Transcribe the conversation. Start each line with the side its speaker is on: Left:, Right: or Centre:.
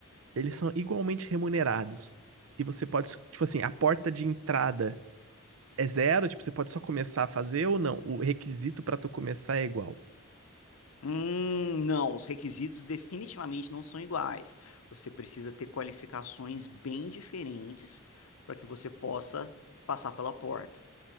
Right: Eles são igualmente remunerados. E você pode, tipo assim, a porta de entrada é zero? Tipo, você pode só começar a fazer ou não? O requisito pra tu começar é igual.
Left: Hum, não, os requisitos definitivamente não são iguais. Você precisa ter qualificações bem diferentes para que você possa passar pela porta.